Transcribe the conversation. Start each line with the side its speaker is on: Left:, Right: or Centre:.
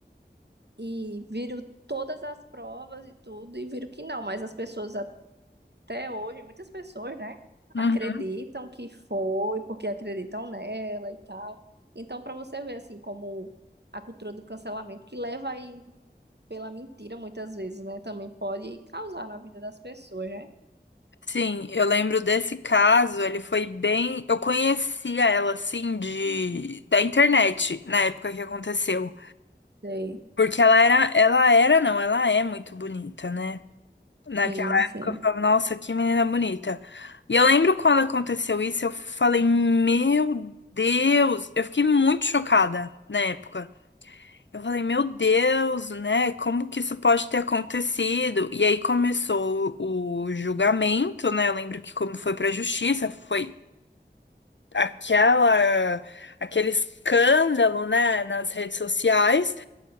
Right: E viram todas as provas e tudo, e viram que não, mas as pessoas até hoje, muitas pessoas, né?
Left: Uhum.
Right: Acreditam que foi, porque acreditam nela e tal. Então, para você ver, assim, como a cultura do cancelamento, que leva aí pela mentira muitas vezes, né? Também pode causar na vida das pessoas, né?
Left: Sim, eu lembro desse caso, ele foi bem. Eu conhecia ela assim de da internet na época que aconteceu.
Right: Sei.
Left: Porque ela era, ela era, não, ela é muito bonita, né? Naquela
Right: Sim, sim.
Left: época eu falava, nossa, que menina bonita. E eu lembro quando aconteceu isso, eu falei, meu Deus, eu fiquei muito chocada na época. Eu falei, meu Deus, né? Como que isso pode ter acontecido? E aí começou o julgamento, né? Eu lembro que como foi pra justiça, foi aquela aquele escândalo, né, nas redes sociais.